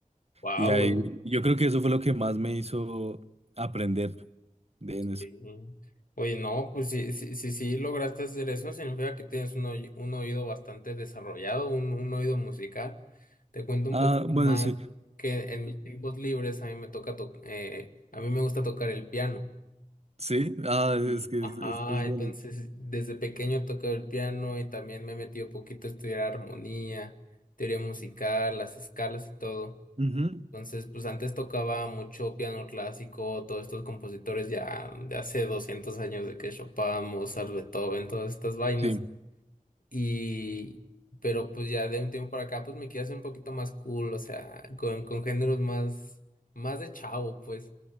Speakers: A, on the left; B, on the right.
A: Wow,
B: Y ahí yo creo que eso fue lo que más me hizo aprender de en eso.
A: Sí. Oye, no, pues si, si, si, si lograste hacer eso, significa que tienes un, oy- un oído bastante desarrollado, un, un oído musical. Te cuento un
B: Ah,
A: poco
B: bueno,
A: más
B: sí.
A: que en mis tiempos libres a mí me toca to- eh, a mí me gusta tocar el piano.
B: Sí, ah, es
A: Y
B: que
A: Ajá,
B: es, es, es bonito.
A: entonces desde pequeño tocaba el piano y también me metí un poquito a estudiar armonía, teoría musical, las escalas y todo.
B: Ujú,
A: Entonces, pues antes tocaba mucho piano clásico, todos estos compositores ya de hace doscientos años de que Chopin, Mozart, Beethoven, todas estas vainas.
B: Sí.
A: Y, pero pues ya de un tiempo para acá, pues me quiero hacer un poquito más cool, o sea, con, con géneros más, más de chavo, pues.